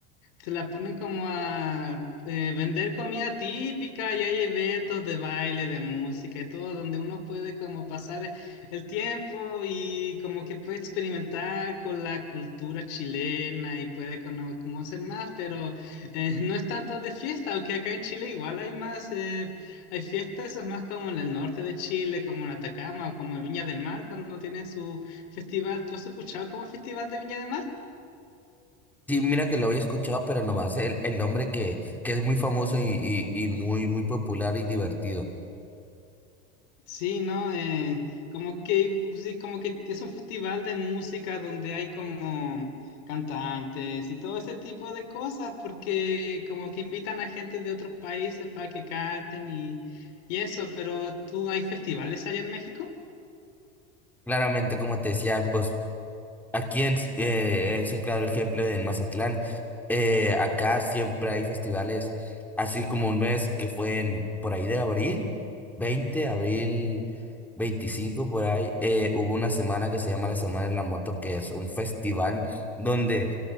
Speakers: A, on the left; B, in the centre.
A: se la ponen como a eh, vender comida típica y hay eventos de baile, de música y todo, donde uno puede como pasar el tiempo y como que puede experimentar con la cultura chilena y puede cono- conocer más, pero eh, <laughs> no es tanto de fiesta, aunque acá en Chile igual hay más, eh, hay fiestas, eso es más como en el norte de Chile, como en Atacama o como en Viña del Mar, cuando tienen su festival. ¿Tú has escuchado como el Festival de Viña del Mar?
B: Sí, mira que lo había escuchado, pero nomás el, el nombre que, que es muy famoso y, y, y muy, muy popular y divertido.
A: Sí, ¿no? Eh, como que, sí, como que es un festival de música donde hay como cantantes y todo ese tipo de cosas, porque como que invitan a gente de otros países para que canten y, y eso, pero ¿tú hay festivales allá en México?
B: Claramente, como te decía, pues Aquí en, eh, es un claro ejemplo en Mazatlán. Eh, acá siempre hay festivales, así como un mes que fue en, por ahí de abril, veinte abril veinticinco por ahí, eh, hubo una semana que se llama la Semana de la Moto, que es un festival donde